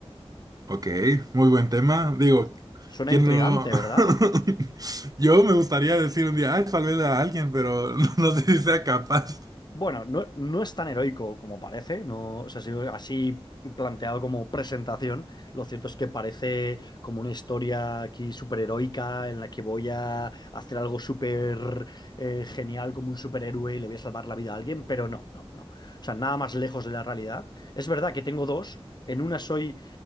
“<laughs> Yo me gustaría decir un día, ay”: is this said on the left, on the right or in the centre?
Right